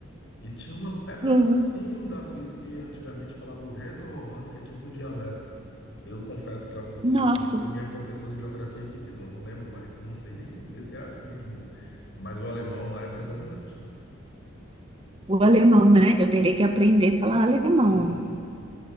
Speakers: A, on the left; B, on the right.
A: E tinha um pedacinho
B: Uhum.
A: da Suíça que antigamente falava o reto-romano, que é tipo um dialeto. Eu confesso para você
B: Nossa,
A: que isso foi minha professora de geografia que ensinou. Não lembro mais, não sei nem se dizer se é assim ainda. Mas o alemão lá é predominante.
B: o alemão, né? Eu teria que aprender
A: É.
B: a falar alemão.
A: <laughs>